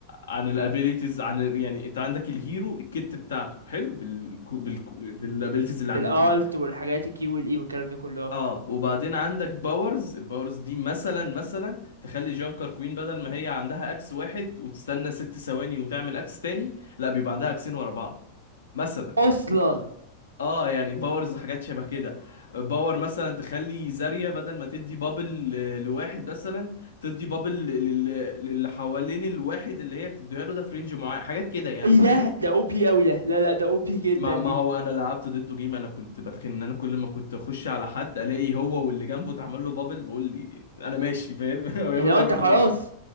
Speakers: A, on the left; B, on the right.
A: عن الابيليتيز عن ال- يعني انت عندك الهيرو الكت بتاعته حلو بالكو... بالكو... بالابيليتيز اللي
B: بالالت
A: عند الهيرو
B: والحاجات الكي والاي والكلام ده كله
A: اه وبعدين عندك باورز الباورز دي مثلا مثلا تخلي جانكر كوين بدل ما هي عندها اكس واحد وتستنى ست ثواني وتعمل اكس تاني لا بيبقى عندها اكسين ورا بعض مثلا
B: اصلا
A: اه يعني باورز حاجات شبه كده باور مثلا تخلي زاريا بدل ما تدي بابل ل- لواحد مثلا تدي بابل لل- للي حوالين الواحد اللي هي بتديها له ده في رينج معين حاجات كده يعني
B: ايه
A: فاهم
B: ده ده او بي قوي ده لا لا ده او بي جدا
A: ما
B: دي
A: ما هو انا لعبت ضده جيم انا كنت بتخن ان انا كل ما كنت اخش على حد الاقي هو واللي جنبه اتعمل له بابل بيقول لي انا ماشي فاهم <laughs>
B: اللي
A: يقول
B: هو
A: لي يا
B: انت
A: رب
B: خلاص
A: ما اموت